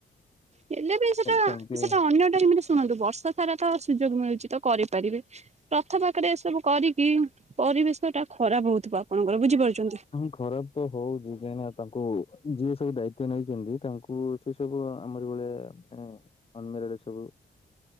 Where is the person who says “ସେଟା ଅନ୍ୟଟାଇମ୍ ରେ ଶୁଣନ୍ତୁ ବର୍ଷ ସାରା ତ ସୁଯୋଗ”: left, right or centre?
Right